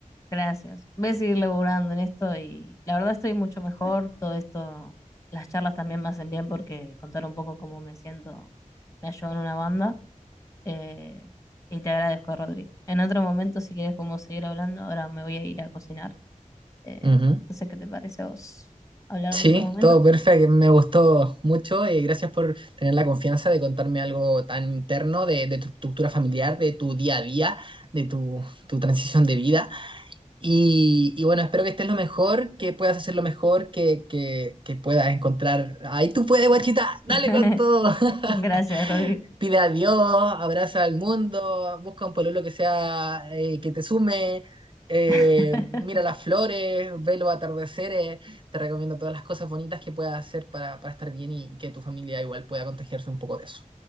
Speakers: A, on the left; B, on the right.
A: Gracias. Voy a seguir laburando en esto y la verdad estoy mucho mejor. Todo esto, las charlas también me hacen bien porque contar un poco cómo me siento me ayuda en una banda. Eh, y te agradezco, Rodri. En otro momento, si quieres, podemos seguir hablando. Ahora me voy a ir a cocinar. Eh,
B: Ujú.
A: no sé qué te parece a vos hablar
B: Sí,
A: en otro momento.
B: todo perfecto, me gustó mucho y gracias por tener la confianza de contarme algo tan interno de, de tu estructura familiar, de tu día a día, de tu, tu transición de vida. Y, y bueno, espero que estés lo mejor, que puedas hacer lo mejor, que, que, que puedas encontrar... Ahí tú puedes, guachita, dale
A: <laughs>
B: con todo. <laughs>
A: Gracias, Rodri.
B: pide a Dios, abraza al mundo, busca un pololo que sea, eh, que te sume, eh,
A: <laughs>
B: mira las flores, ve los atardeceres, te recomiendo todas las cosas bonitas que puedas hacer para, para estar bien y que tu familia igual pueda contagiarse un poco de eso.